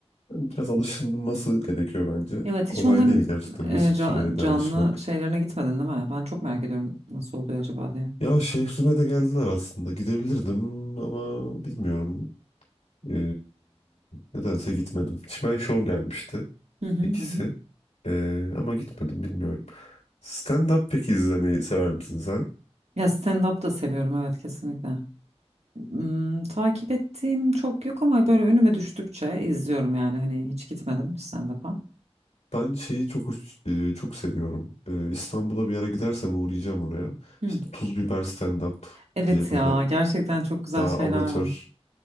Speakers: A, on the left; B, on the right.
A: Yani biraz alışılması gerekiyor bence.
B: Evet
A: Kolay
B: hiç onların
A: değil gerçekten
B: e,
A: Mesut
B: ca-
A: Süre'ye de
B: canlı
A: alışmak.
B: şeylerine gitmedin değil mi? Ben çok merak ediyorum nasıl oluyor acaba diye.
A: Ya şehrime de geldiler aslında. Gidebilirdim ama bilmiyorum. Ee, nedense gitmedim. Çimen Show gelmişti
B: Hı hı hı.
A: ikisi.
B: hı.
A: Ee, ama gitmedim bilmiyorum. Stand-up peki izlemeyi sever misin sen?
B: Ya stand-up da seviyorum evet kesinlikle. Hmm, takip ettiğim çok yok ama böyle önüme düştükçe izliyorum yani hani hiç gitmedim stand-up'a.
A: Ben şeyi çok hoş- e, çok seviyorum. Ee, İstanbul'a bir ara gidersem uğrayacağım oraya.
B: Hı.
A: İşte Tuz Biber Stand-up
B: Evet
A: diye böyle
B: ya gerçekten çok güzel
A: daha
B: şeyler
A: amatör
B: var.